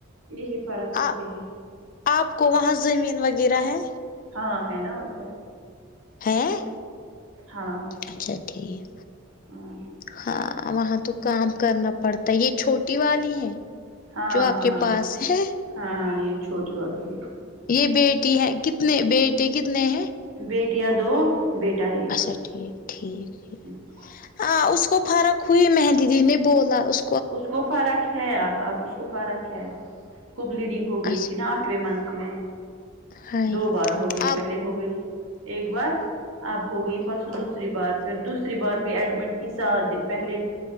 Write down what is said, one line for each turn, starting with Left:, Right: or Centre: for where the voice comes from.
Right: یہی فرق ہوتی
Left: آ
Right: ہے
Left: آپ کو وہاں زمین وغیرہ ہے
Right: ہاں ہے نا اور کیا
Left: ہےاں
Right: ہاں
Left: اچھا ٹھیک
Right: ہاں
Left: ہاں وہاں تو کام کرنا پڑتا ہے یہ چھوٹی والی ہے
Right: ہاں
Left: جو آپ
Right: ہاں
Left: کے پاس ہے
Right: ہاں یہ چھوٹی والی ہے
Left: یہ بیٹی ہے کتنے بیٹیے کتنے ہیں
Right: بیٹیا دو بیٹا ایک
Left: اچھا ٹھیک ٹھیک ٹھیک
Right: ہ
Left: ہاں اس کو فرق ہوئی مہندی دی نے بولا اس
Right: اس کو فرق ہے اب اب اس کو فرق ہے کو بلیڈنگ ہو گئی
Left: اچھا
Right: تھی نا آٹھویں منتھ میں
Left: ہائی
Right: دو بار ہو گئی
Left: اب
Right: پہلے ہو گئی ایک بار اب ہو گئی پرسوں دوسری بار پھر دوسری بار بھی ایڈمٹ تھی سات دن پہل